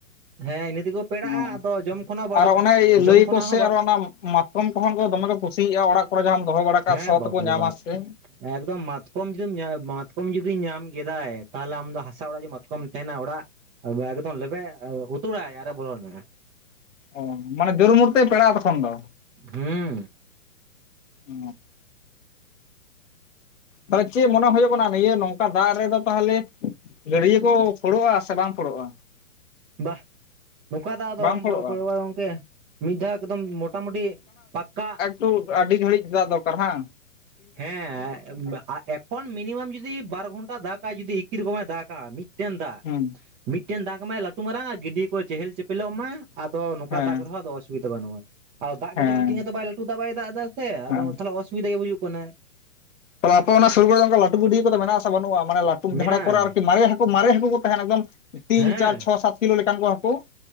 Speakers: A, on the right; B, on the left.
A: ᱦᱮᱸ ᱤᱱᱟᱹ ᱛᱮᱠᱚ ᱯᱮᱲᱟᱜᱼᱟ
B: ᱢᱟ
A: ᱟᱫᱚ ᱡᱚᱢ ᱠᱷᱚᱱᱟᱜ
B: ᱟᱨ ᱚᱱᱮ
A: ᱡᱚᱢ
B: ᱞᱟᱹᱭᱟᱠᱚᱥᱮ
A: ᱠᱷᱚᱱᱟᱜ ᱦᱚᱸ
B: ᱟᱨᱚ ᱚᱱᱟ ᱢᱟ᱾ ᱯᱚᱢ ᱠᱚᱦᱚᱸ ᱫᱚᱢᱮ ᱠᱚ ᱠᱩᱥᱤᱭᱟᱜᱼᱟ ᱚᱲᱟᱜ ᱠᱚᱨᱮ ᱡᱟᱦᱟᱸᱢ ᱫᱚᱦᱚ ᱵᱟᱲᱟ ᱠᱟᱜ
A: ᱦᱮᱸ
B: ᱥᱚ
A: ᱵᱟᱯᱨᱮ
B: ᱛᱮᱠᱚ ᱧᱟᱢᱟ
A: ᱵᱟᱯ
B: ᱥᱮ᱾
A: ᱮᱠᱫᱚᱢ ᱢᱟᱛᱠᱚᱢ ᱡᱩᱫᱤᱢ ᱢᱟᱛᱠᱚᱢ ᱡᱩᱫᱤ ᱧᱟᱢ ᱠᱮᱫᱟᱭ ᱛᱟᱦᱚᱞᱮ ᱟᱢ ᱫᱚ ᱦᱟᱥᱟ ᱚᱲᱟᱜ ᱡᱮ ᱢᱟᱛᱠᱚᱢ ᱛᱟᱦᱮᱱᱟ ᱚᱲᱟᱜ᱾ ᱵᱟᱦᱨᱮ ᱠᱷᱚᱱ ᱞᱮᱵᱮ ᱩᱛᱳᱲᱟᱭ ᱟᱨᱮ ᱵᱚᱞᱚᱱᱟ᱾
B: ᱚ ᱢᱟᱱᱮ ᱡᱳᱨ ᱢᱩᱨ ᱛᱮ ᱯᱮᱲᱟᱜᱼᱟ ᱛᱚᱠᱷᱚᱱ ᱫᱚ
A: ᱦᱩᱸ
B: ᱚ᱾ ᱛᱟᱦᱚᱞᱮ ᱪᱮᱫ ᱢᱚᱱᱮ ᱦᱳᱭᱳᱜ ᱠᱟᱱᱟ ᱱᱤᱭᱟᱹ ᱱᱚᱝᱠᱟ ᱫᱟᱜ ᱨᱮᱫᱚ ᱛᱟᱦᱚᱞᱮ? ᱜᱟᱹᱰᱭᱟᱹ ᱠᱚ ᱯᱷᱳᱲᱚᱜᱼᱟ ᱥᱮ ᱵᱟᱝ ᱯᱷᱳᱲᱚᱜᱼᱟ?
A: ᱵᱟᱦ ᱱᱚᱝᱠᱟ ᱫᱚ ᱟᱫᱚ
B: ᱵᱟᱝ
A: ᱟᱢ
B: ᱯᱷᱳᱲᱳᱜᱼᱟ
A: ᱯᱳᱲᱳ ᱜᱚᱢᱠᱮ ᱢᱤᱫ ᱫᱷᱟᱣ ᱮᱠᱫᱚᱢ ᱢᱚᱴᱟᱢᱩᱴᱤ ᱯᱟᱠᱠᱟ᱾
B: ᱛᱚ ᱟᱹᱰᱤ ᱜᱷᱟᱹᱲᱤᱡ ᱫᱟᱜ ᱫᱚᱨᱠᱟᱨ ᱦᱟᱸ᱾
A: ᱦᱮᱸ ᱮᱠᱷᱚᱱ ᱢᱤᱱᱤᱢᱟᱢ ᱡᱩᱫᱤ ᱵᱟᱨ ᱜᱷᱚᱱᱴᱟ ᱫᱟᱜᱟᱭ ᱡᱩᱫᱤ ᱮᱠᱤ ᱨᱚᱠᱚᱢᱮ ᱫᱟᱜᱼᱼ ᱢᱤᱫᱴᱮᱱ ᱫᱟᱜ
B: ᱦᱩᱸ
A: ᱢᱤᱫᱴᱮᱱ ᱫᱟᱜᱽ ᱢᱟᱭ ᱞᱟᱹᱴᱩ ᱢᱟᱨᱟᱝ ᱟᱨ ᱜᱤᱰᱤᱭᱟ ᱠᱚ ᱪᱮᱦᱮᱞ ᱪᱮᱯᱮᱞᱚᱜ ᱢᱟ᱾ ᱟᱫᱚ ᱱᱚᱝᱠᱟ
B: ᱦᱮᱸ
A: ᱫᱟᱜᱽ ᱨᱮᱦᱚᱸ ᱟᱫᱚ ᱚᱥᱩᱵᱤᱫᱟ ᱵᱟᱹᱱᱩᱜᱼᱟ᱾ ᱟᱨ ᱫᱟᱜ
B: ᱦᱮᱸ
A: ᱜᱮᱛᱚ ᱢᱤᱫᱴᱮᱱ ᱦᱚᱜ ᱵᱟᱭ ᱞᱟᱹᱴᱩ ᱫᱟᱜ ᱵᱟᱭ ᱫᱟᱜ ᱮᱫᱟ ᱥᱮ
B: ᱦᱮᱸ
A: ᱟᱫᱚ ᱛᱟᱦᱚᱞᱮ ᱚᱥᱩᱵᱤᱫᱷᱟ ᱜᱮ ᱵᱩᱡᱩᱜ ᱠᱟᱱᱟ᱾
B: ᱛᱟᱦᱞᱮ ᱟᱯᱮ ᱚᱱᱟ ᱥᱩᱨ ᱨᱮ ᱚᱱᱠᱟ ᱞᱟᱹᱴᱩ ᱜᱩᱰᱤᱭᱟ ᱠᱚᱫᱚ ᱢᱮᱱᱟᱜᱼᱟ ᱥᱮ ᱵᱟᱹᱱᱩᱜᱼᱟ ᱢᱟᱱᱮ ᱞᱟ. ᱴᱩ
A: ᱢᱮᱱᱟᱜᱼᱟ
B: ᱡᱷᱟᱲᱮ ᱠᱚᱨᱮ ᱟᱨᱤ ᱢᱟᱨᱮ ᱢᱟᱨᱮ ᱦᱟᱹᱠᱩ ᱠᱚ ᱛᱟᱦᱮᱱᱟ ᱮᱠᱫᱚᱢ ᱛᱤᱱ
A: ᱦᱮᱸ
B: ᱪᱟᱨ ᱪᱷᱚ ᱥᱟᱛ ᱠᱤᱞᱳ ᱞᱮᱠᱟᱱ ᱠᱚ ᱦᱟᱹᱠᱩ